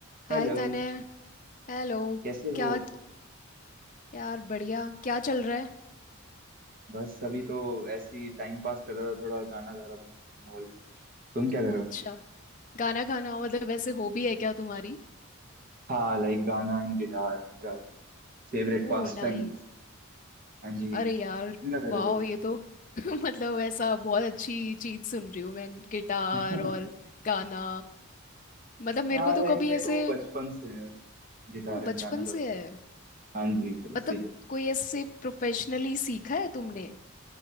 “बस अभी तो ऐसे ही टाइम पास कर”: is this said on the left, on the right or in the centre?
Right